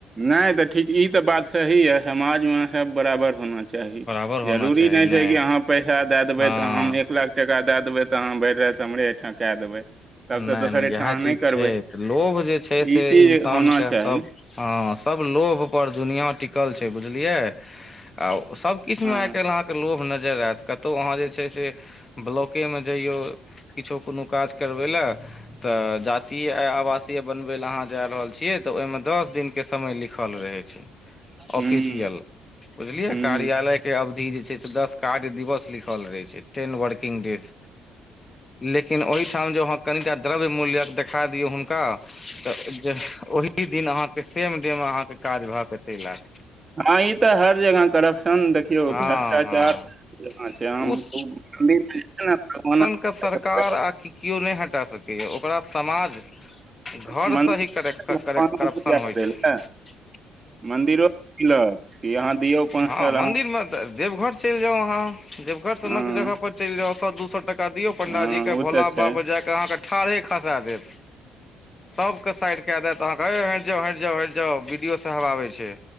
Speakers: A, on the right; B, on the left.
A: नई तऽ ठीक ई तऽ बात सही यऽ समाज में सब बराबर होना चाही
B: बराबर होना
A: जरूरी
B: चाही
A: नहि छैय
B: ने
A: कि अहाँ पैसा दए देबै
B: हँ
A: तऽ हम एक लाख टाका दए देबै तऽ अहाँ भरि राति हमरे एहिठाम कए देबै। तबसँ
B: नै
A: दोसर
B: न
A: एहिठाम
B: इएह
A: अहाँ
B: चीज
A: नहि करबै
B: छैय तऽ लोभ जे
A: तऽ
B: छैय से
A: ई चीज
B: इंसान
A: होना
B: कें
A: चाही
B: सभ हँ सभ लोभपर दुनिआँ टिकल छैय बुझलियै। आ ओ सभ किछ में
A: हँ
B: आइ काल अहाँ कइर लोभ नजैर एत कत्तौ अहाँ जे छैय से ब्लॉके में जइयौ किछु कोनो काज करबै लऽ तऽ जातीय आवासीय बनबै लऽ अहाँ जा रहल छियै तऽ ओहिमे दस दिनके समय लिखल रहै छैय
A: हूँ
B: ऑफिसियल। बुझलिए
A: हूँ
B: कार्यालय के अवधि जे छैय से दस कार्य दिवस लिखल रहय छैय। टेन वर्किंग डेज लेकिन ओहिठाम जहँ कनिटा द्रव्य मूल्यक देखा दियौ हुनका तऽ जे ओहि दिन अहाँके सेम डे में अहाँके काज भऽ के चैल ऐब।
A: हाँ ई तऽ हर जगह करप्शन देखियौ
B: हँ
A: भ्रष्टाचार।
B: हँ
A: जेना छैय आम
B: उस
A: खूब <unintelligible>
B: केओ सरकार
A: करय
B: आ की किओ नहि हटा सकैए ओ पूरा समाज घर
A: मन्दिर मन्दिर
B: सही करय कऽ करय
A: भगवानक
B: करप्शन
A: पूजा
B: होइ
A: करय
B: छैय।
A: लए मन्दिरो मिलत कि अहाँ दियौ पाँच
B: हँ
A: साल
B: मन्दिरमे
A: अहाँ।
B: देवघर चलि जाउ अहाँ देवघर सन
A: हँ
B: जगह पर चलि जाउ सौ दू सौ टका टका दियौ पण्डाजीके
A: हँ ओ
B: भोला
A: तऽ
B: बाबा
A: छै
B: पर जाकऽ अहाँके ठाढ़े खसा देत। सब के साइड कय देत अहाँके यौ हटि जाउ हटि जाउ हटि जाउ बी डी ओ साहेब आबै छै।